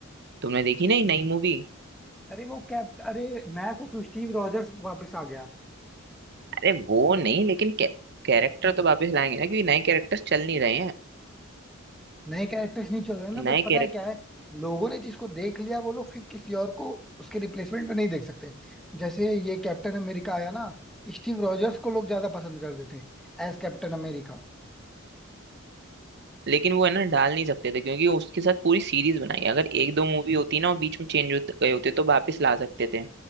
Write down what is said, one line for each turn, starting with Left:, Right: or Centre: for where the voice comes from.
Right: तुमने देखी नहीं नई मूवी
Centre: अरे वो कैप्ट अरे मैं सोचू स्टीव रॉजर्स वापस आ गया
Right: अरे वो नहीं लेकिन कैरेक्टर तो वापस लाएंगे ना क्योंकि नए कैरेक्टर्स चल नहीं रहे हैं
Centre: नए कैरेक्टर्स नहीं चल रहे ना बट
Right: नए
Centre: पता
Right: कैरेक्टर
Centre: है क्या है लोगों ने जिसको देख लिया वो लोग फिर किसी और को उसके रिप्लेसमेंट में नहीं देख सकते जैसे ये कैप्टन अमेरिका आया ना स्टीव रॉजर्स को लोग ज्यादा पसंद कर देते एज कैप्टन अमेरिका
Right: लेकिन वो है ना डाल नहीं सकते थे क्योंकि उसके साथ पूरी सीरीज बनाई है। अगर एक दो मूवी होती ना और बीच में चेंज हो गए होते तो वापस ला सकते थे